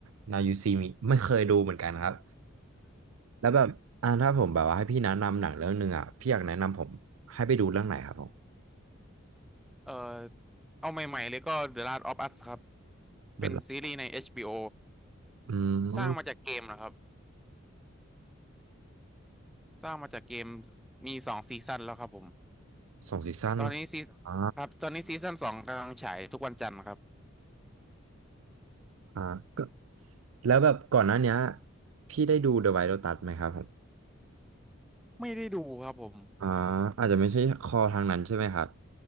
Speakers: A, on the right; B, in the centre.
A: Now You See Me ไม่เคยดูเหมือนกันครับ แล้วแบบอ่าถ้าผมแบบว่าให้พี่แนะนำหนังเรื่องหนึ่งอ่ะพี่อยากแนะนำผมให้ไปดูเรื่องไหนครับผม
B: เออเอาใหม่ๆเลยก็ The Last of Us ครับ
A: เดือนละ
B: เป็นซีรีส์ใน HBO
A: อืม
B: สร้างมาจากเกมนะครับสร้างมาจากเกมมีสองซีซั่นแล้วครับผม
A: สองซีซั่นเหรอ
B: ตอนนี้ซี
A: อ่า
B: ครับตอนนี้ซีซั่นสองกำลังฉายทุกวันจันทร์ครับ
A: อ่าก็แล้วแบบก่อนหน้าเนี้ยพี่ได้ดู The White Lotus ไหมครับผม
B: ไม่ได้ดูครับผม
A: อ่าอาจจะไม่ใช่คอทางนั้นใช่ไหมครับ